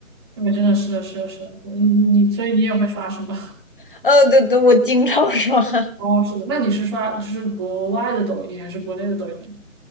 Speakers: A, on the right (about 20°); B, on the left (about 40°).
A: 对，真的是是是，你你所以你也会刷是吧？
B: <laughs> 呃，对对，我经常刷。<laughs>
A: <laughs> 哦，是的，那你是刷就是国外的抖音还是国内的抖音？